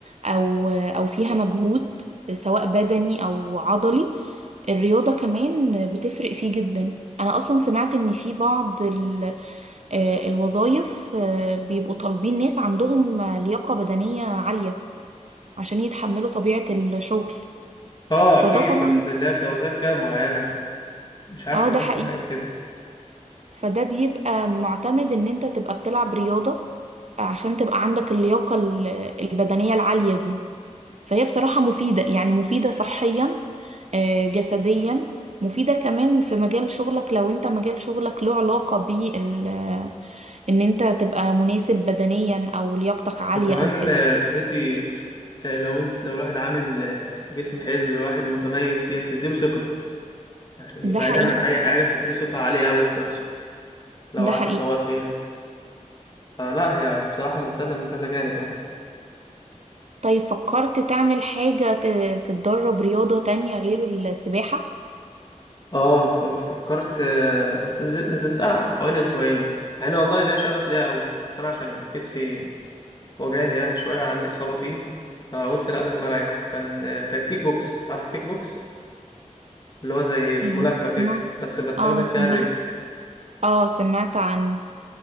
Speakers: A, on the right; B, on the left.
A: او او فيها مجهود سواء بدني او عضلي الرياضة كمان بتفرق فيه جدا انا اصلا سمعت ان في بعض ال- آه، الوظائف آه، بيبقوا طالبين ناس عندهم لياقة بدنية عالية عشان يتحملوا طبيعة الشغل
B: اه
A: فده
B: اكيد
A: طبعا
B: بس اللي هي بتبقى وظايف كده معينة مش عارف
A: اه
B: والله
A: ده حقيقي
B: اسمها ايه كده
A: فده بيبقى معتمد ان انت تبقى بتلعب رياضة عشان تبقى عندك اللياقة ال- البدنية العالية دي فهي بصراحة مفيدة يعني مفيدة صحيا آه، جسديا مفيدة كمان في مجال شغلك لو انت مجال شغلك له علاقة بال ان انت تبقى مناسب بدنيا او لياقتك عالية
B: وكمان
A: او كده
B: آه، بتدي آه، لو انت لو الواحد عامل آه، جسم حلو الواحد متميز فيها بتديله ثقة يعني
A: ده
B: بعيدا
A: حقيقي
B: عن اي حاجة بتديله ثقة عالية اوي في نفسه لو
A: ده
B: قعد
A: حقيقي
B: يتطور فيها فلا هي بصراحة ممتازة من كذا جانب يعني
A: طيب فكرت تعمل حاجة ت- تتدرب رياضة تانية غير السباحة؟
B: اه كنت فكرت آه، بس نزل- نزلتها حوالي اسبوعين مع ان والله ليا شغف ليها اوي بس انا عشان كتفي وجعني يعني شوية عندي اصابة فيه فقلت لا لازم اريح كان آه، كانت كيك بوكس عارف كيك بوكس اللي هو زي الملاكمة
A: يعني
B: كده
A: سمعت
B: بس بستخدم
A: اه سمعت
B: فيها الرجل
A: اه سمعت عنه